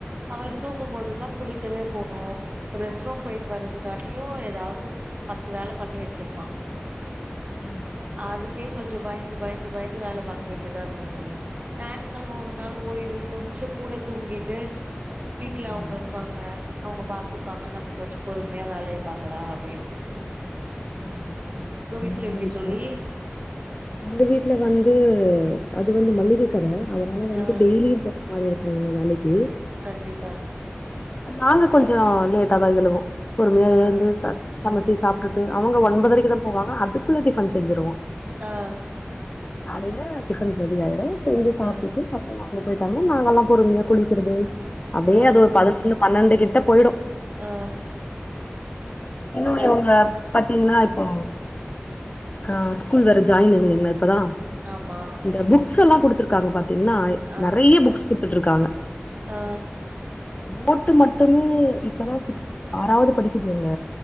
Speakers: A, on the right; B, on the left.
A: அவர் தூங்கும்போது தா குளிக்கவே போனு ஒரு ரெஸ்ட்ரூம் போய்ட்டு வர்றதுக்காட்டியு ஏதாது பத்து வேல பண்ணி வெச்சிருப்பா
B: ம்
A: அதுக்கே கொஞ்சோ பயந்து பயந்து பயந்து வேல பாக்க வேண்டியதா இருக்கு தோழி ஞாயிற்றுக்கெழம ஒரு நாள் ஓய்வு கொஞ்சோ கூட தூங்கிட்டு வீட்ல அவங்க
B: ஆமா
A: இருப் பாங்க அவங்க பாத்துப்பாங்க நம்ம கொஞ்சோ பொறுமையா வேலைய பாக்கலா அப்டின்ட்டு
B: ஆமா ஆமா கரெக்ட்டு
A: உங்க
B: உண்மயான
A: வீட்ல எப்டி
B: விஷயோ
A: தோழி
B: எங்க வீட்ல வந்து அது வந்து மள்ளிக கட அதனால வந்து
A: ஆ
B: டெய்லி <unintelligible> மாதிரி இருக்கு வேலைக்கு
A: கண்டிப்பா
B: நாங்க கொஞ்சோ லேட்டாதா எழுவோ பொறுமையா
A: ஆ
B: எழுந்து ச சமச்சு சாப்ட்டுட்டு அவங்க ஒன்பதரைக்கு தா போவாங்க அதுக்குள்ள டிஃபன் செஞ்சுருவோ
A: ஆ
B: காலைல டிஃபன் ரெடி ஆய்டு செஞ்சு சாப்டுட்டு
A: ஆ
B: அவங்க போய்ட்டாங்கன்னா நாங்கெல்லா பொறுமையா குளிக்கிறது அப்டியே
A: ஆ
B: ஒரு பதினொன்னு பன்னெண்டு கிட்ட போய்டு
A: ஆ
B: இன்னு
A: அது
B: இவங்க பாத்தீங்கன்னா இப்போ ஆ ஸ்கூல் வேற ஜாய்ன் <unintelligible> இப்பதா
A: ஆமா
B: இந்த புக்ஸ் எல்லா குடுத்துருக்காங்க பாத்தீங்கன்னா
A: ஆ
B: நெறைய புக்ஸ் குடுத்துட்ருக்காங்க
A: ஆ
B: நோட்டு மட்டுமே இப்பதா சிக்ஸ் ஆறாவது படிக்குது எங்க